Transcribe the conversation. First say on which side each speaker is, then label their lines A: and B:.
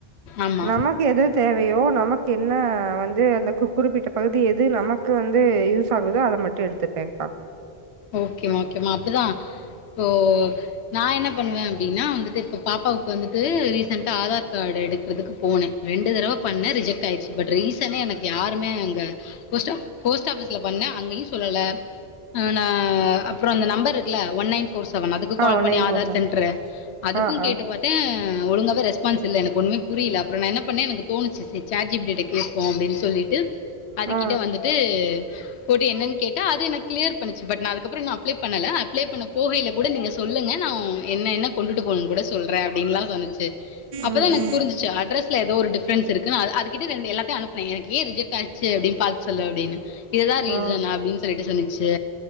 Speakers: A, on the left; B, on the right.
A: ஆமா
B: நமக்கு எது தேவையோ நமக்கு என்ன வந்து அந்த குறிப்பிட்ட பகுதி எது நமக்கு வந்து யூஸ் ஆகுதோ அத மட் ட்டு எடுத்துப்பேங்கா
A: ஓகேமா ஓகேமா அப்டிதா இப்போ நா என்ன பண்ணுவே அப்டின்னா வந்துட்டு இப்ப பாப்பாவுக்கு வந்துட்டு ரீசண்ட்டா ஆதார் கார்டு எடுக்கறதுக்கு போனே ரெண்டு தடவ பண்ண ரிஜெக்ட் ஆயிடுச்சி பட் ரீசணே எனக்கு யாருமே அங்கே போஸ்டப் போஸ்ட் ஆப்பீஸ்ல பண்ண அங்கயு சொல்ல ல ஆ அப்றோ அந்த நம்பர் இருக்குல ஒன் நைன் ஃபர் செவன் அதுக்கு
B: ஆ
A: கால் பண்ணி
B: nine four
A: Aadhaar
B: seven
A: centre அதுக்கு
B: ஆ ஆ
A: கேட்டு பார் டே ஒழுங்காகவே ரெஸ்பான்ஸ்யில்ல எனக்கு ஒன்னுமே புரியல அப்றோ நா என்ன பண்ணே எனக்கு தோனுச்சி சாட் ஜி பி டி கேட் கேட்போ அப்டின்னு சொல்லிட்டு அது
B: ஆ ஆ
A: கிட்ட வந்துட்டு போட்டு என்னன்னு கேட்டா அது எனக் கிளியர் பன்னுச்சு பட் அதுக்கப்றோ இன்னு அப்ளே பண்ணல அப்ளே பண்ண போவேயில கூட நீங்க சொல்லுங்க நா என்ன என்ன கொண்டுட்டு போனுனு கூட சொல்றே அப்டின்னுலா சொன்னுச்சி அப்பதா
B: ம்
A: எனக்கு
B: ம்
A: புரிஞ்சிச்சு அட்ரெஸ் ஏதோ ஒரு டிபெரெஸ் இருக்கு அது அது கிட்ட ரெண்டு எல்லாத்தையு அனுப்புனே எனக்கு ஏ ரிஜெக்ட் ஆச்சி அப்பிடின்னு பாத்து சொல்லு அப்டின்னு இதுதா ரீசன்
B: ஆ
A: அப்டின்னு சொல்லிட்டு சொன்னுச்சு